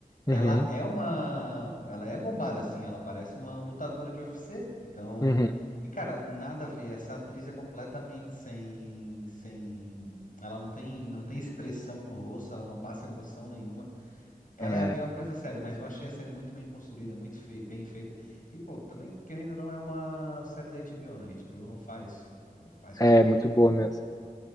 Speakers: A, on the left; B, on the left.
A: uhum,
B: Ela é uma. Ela é bombada, assim. Ela parece uma lutadora de UFC. Então.
A: uhum.
B: E, cara, nada a ver. Essa atriz é completamente sem. Sem. Ela não tem, não tem expressão no rosto, ela não passa emoção nenhuma. Ela
A: É,
B: é a pior coisa da série, mas eu achei a série muito bem construída, muito fei- bem feita. E, pô, também, querendo ou não, é uma série da HBO, né? A HBO não faz, não faz
A: é
B: qualquer
A: muito
B: coisa,
A: boa mesmo.
B: né?